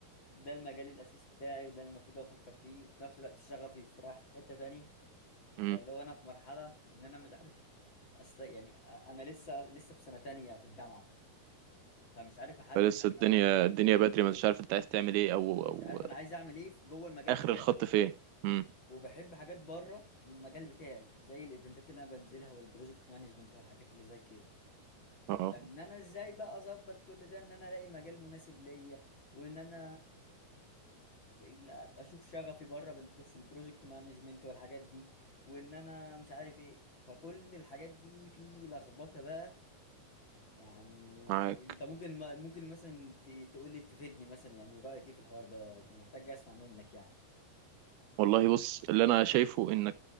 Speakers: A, on the left (about 35°); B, on the right (about 80°).
A: ده المجال الاساسي بتاعي وده المفروض افكر فيه وفي نفس الوقت شغفي في رايح في حته تانية
B: امم
A: فاللي هو انا في مرحله ان انا مش عارف اصل يعني انا لسه لسه في سنه تانية في الجامعه فمش عارف احدد
B: فلسه الدنيا
A: ما
B: الدنيا بدري ما انتش عارف انت عايز تعمل ايه او
A: مش
B: او
A: عارف انا عايز اعمل ايه في جوه المجال
B: اخر
A: بتاعي
B: الخط فين امم
A: وبحب حاجات بره المجال بتاعي زي الايفنتات اللي انا بنزلها والبروجكت مانجمنت والحاجات اللي زي كده
B: اه
A: فان انا ازاي بقى اظبط كل ده ان انا الاقي مجال مناسب ليا وان انا لا- اشوف شغفي بره بالبرو في البروجكت مانجمنت والحاجات دي وان انا مش عارف ايه فكل الحاجات دي في لخبطه بقى يعني
B: معاك
A: انت ممكن ممكن مثلا ت- تقول لي تفيدني مثلا يعني رأيك ايه في الحوار ده انا محتاج اسمع منك يعني
B: والله بص اللي انا شايفه ان